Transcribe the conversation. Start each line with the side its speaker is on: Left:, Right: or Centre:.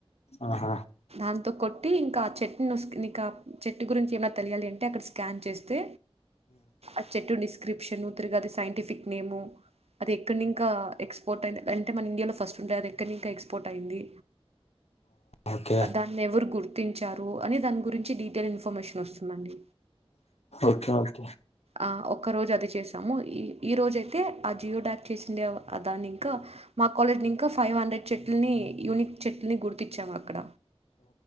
Left: ఆహా
Right: అంతొ కొ ట్టి ఇంకా ఆచెట్ట్నొస్ నిక చెట్టు గురించి ఏమ్నా తెలియాలి అంటే అక్కడ స్కాన్ చేస్తే అ చెట్టు నిస్ క్రిప్షన్ తిరగది సైంటిఫిక్ నేము, అది ఎక్కనింకా ఎక్స్పోర్ట్ అయిందె అంటె మన ఇండియలొ ఫస్టుంటదె అది ఎక్కన్నింక ఎక్స్ పోట్ అయింది.
Left: ఓకే
Right: దాన్ని ఎవరు గు ర్తించారు అని దాని గురించి డీటెయిల్స్ ఫమేషన్ వస్తుందండి.
Left: ఓకే ఓకే
Right: ఆ ఒక్కరోజు అది చేసాము, ఇ ఈరోజైతే ఆ జియో డాక్ చేసిండేవ్, ఆ దాన్నింకా మా కాలేజ్ నింక ఫైవ్ హండ్రెడ్ చెట్లని యూని చెట్టుని గుర్తిచ్చాం అక్కడ